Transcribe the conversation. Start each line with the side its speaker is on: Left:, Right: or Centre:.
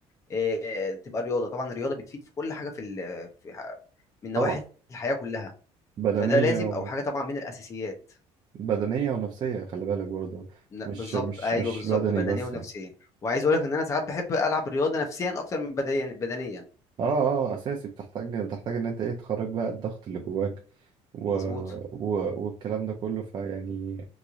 Left: إيه، تبقى رياضه طبعا الرياضه بتفيد في كل حاجه في ال- في- ح- من نواحي
Right: طبعا
Left: الحياه كلها
Right: بدنية
Left: فده لازم او حاجه طبعا من الاساسيات
Right: بدنية ونفسية خلي بالك برضه
Left: ن-
Right: مش
Left: بالظبط
Right: مش
Left: ايوه
Right: مش
Left: بالظبط
Right: بدني
Left: بدنيه
Right: بس
Left: ونفسيه
Right: يعني
Left: وعايز اقول لك ان انا ساعات بحب العب الرياضه نفسيا اكتر من بدنيا بدنيا
Right: اه اه اساسي بتحتاج بتحتاج ان انت ايه تخرج بقى الضغط اللي جواك و...
Left: مظبوط
Right: و... والكلام ده كله فيعني